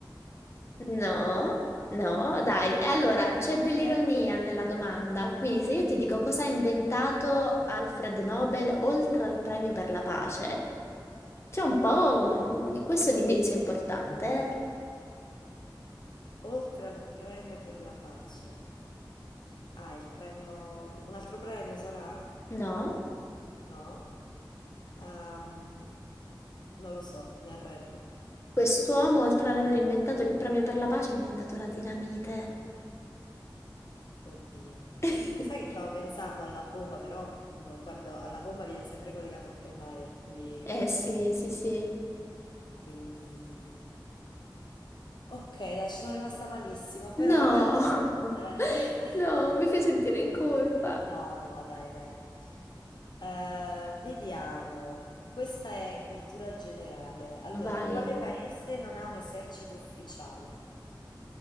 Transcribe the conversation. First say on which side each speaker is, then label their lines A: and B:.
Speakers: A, on the left; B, on the left.
A: No, no, dai. E allora c'è
B: Indizietto.
A: dell'ironia nella domanda. Quindi, se io ti dico cosa ha inventato Alfred Nobel oltre al premio per la pace, c'è un po' un... questo è un indizio importante,
B: Oltre al premio per la pace. Ah, il premio... Un altro premio sarà?
A: eh? No?
B: No? Ehm, non lo so, mi arrendo.
A: Quest'uomo, oltre ad aver inventato il premio per la pace, ha inventato la dinamite.
B: Oddio.
A: <laughs>
B: Sai che stavo pensando alla bomba, però mh, quando alla bomba viene sempre collegato Oppenheimer, quindi...
A: Eh sì, sì, sì.
B: quindi... Ok, dai, ci sono rimasta malissimo, però
A: No,
B: vabbè.
A: <laughs>
B: Eh,
A: no,
B: <laughs>
A: mi fai sentire in colpa.
B: No, no, dai, dai. Eh, vediamo, questa è cultura generale. Allora,
A: Vai.
B: quale paese non ha un esercito ufficiale?